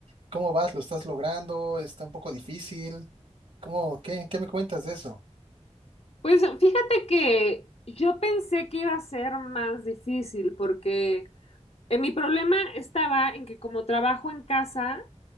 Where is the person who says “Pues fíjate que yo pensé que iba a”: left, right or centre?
Left